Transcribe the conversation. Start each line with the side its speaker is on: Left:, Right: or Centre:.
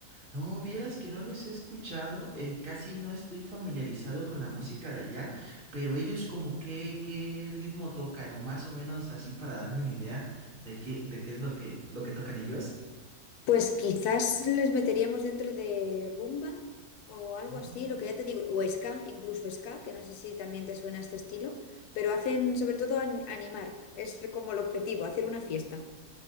Right: No, vieras que no les he escuchado, eh, casi no estoy familiarizado con la música de allá, pero ellos como que, qué ritmo tocan, o más o menos así para darme una idea de qué, de qué es lo que, lo que tocan ellos.
Left: Pues quizás les meteríamos dentro de rumba o algo
Right: Oh.
Left: así, lo que ya te digo, o ska, incluso ska, que no sé si también te suena este estilo, pero hacen sobre todo an- animar, es como el objetivo, hacer una fiesta.